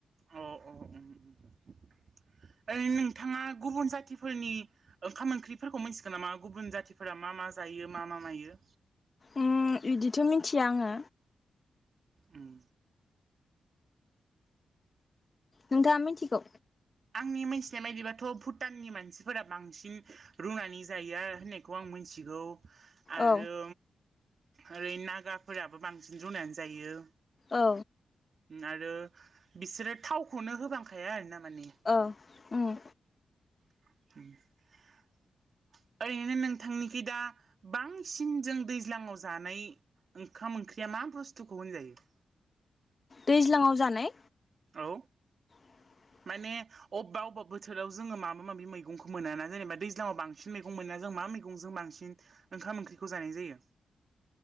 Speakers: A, on the right (about 60°); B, on the left (about 40°).
A: औ औ औ ओरैनो नोंथाङा गुबुन जाथिफोरनि ओंखाम ओंख्रिफोरखौ मोनथिगोन नामा गुबुन जाथिफोरा मा मा मा जायो मा मा मायो
B: उम बिदिथ' मिथिया आंङो
A: उम
B: नोंथांङा मिथिगौ
A: आंनि मोनथिनाय बायदिबाथ' भुटाननि मानसिफोरा बांसिन रुनानै जायो होननायखौ आं मि मिथिगौ आरो
B: औ
A: ओरै नागाफोराबो बांसिन रुनायनानै जायो।
B: औ
A: आरो बिसोरो थावखौनो होबांखाया आरो ना माने
B: ओ उम
A: <inaudible> ओैरैनो नोंथांनिखि दा बांसिन जों दैज्लाङाव जानाय ओंखाम ओंख्रिया मा बुस्थुखौ होनजायो
B: दैज्लाङाव जानाय
A: औ
B: <inaudible>
A: माने अबबा अबेबा बोथाराव जोंङो माबा माबि मैगंखौ मोना ना जेनेबा दैज्लाङाव बांसिन मैगं मोनो ना जों मा मा मैगंजो बांसिन ओंखाम ओंख्रिखौ जानाय जायो।